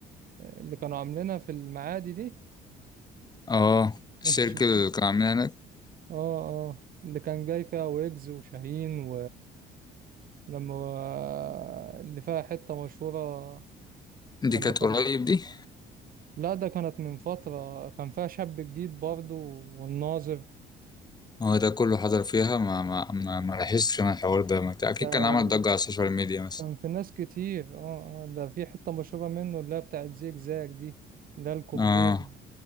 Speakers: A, on the right; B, on the left.
A: اللي كانوا عاملينها في المعادي دي
B: اه الشركة
A: <laughs> شفت
B: اللي
A: اه
B: كان عاملها هناك
A: اه اللي كان جاي فيها ويجز وشاهين ولما آه، اللي فيها حتة مشهورة
B: دي
A: لما
B: كانت
A: كان
B: قريب دي
A: لا ده كانت من فترة كان فيها شاب جديد برضه والناظر
B: هو ده كله حضر فيها ما ما ما, ما لاحظتش انا الحوار ده ما- اكيد
A: ده
B: كان عمل ضجة على السوشيال ميديا مثلا
A: كان في ناس كتير اه آه، ده في حتة مشهورة منه اللي هي بتاعت زيج زاج دي اللي هي الكوبليه
B: اه